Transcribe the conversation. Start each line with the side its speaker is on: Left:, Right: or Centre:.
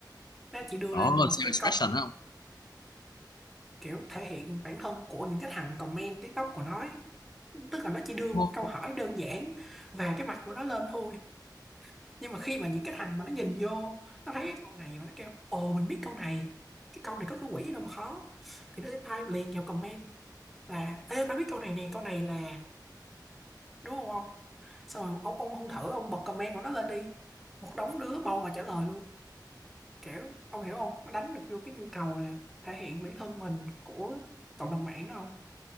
Centre: nó chỉ đưa lên
Left: ồ
Centre: một
Left: self
Centre: cái
Left: expression
Centre: câu
Left: phải không
Centre: kiểu thể hiện bản thân của những cái thằng comment TikTok của nó ấy. tức là nó chỉ đưa một
Left: Ồ,
Centre: câu hỏi đơn giản và cái mặt của nó lên thôi nhưng mà khi mà những cái thằng mà nó nhìn vô nó thấy cái câu này mà nó kêu ồ mình biết câu này cái câu này có cái quỷ gì đâu mà khó thì nó sẽ type liền vào comment là ê tao biết câu này nè câu này là đúng không ông xong rồi ông ông không thử ông bật comment của nó lên đi một đống đứa bầu và trả lời luôn kiểu ông hiểu không nó đánh được vô cái nhu cầu là thể hiện bản thân mình của cộng đồng mạng đó không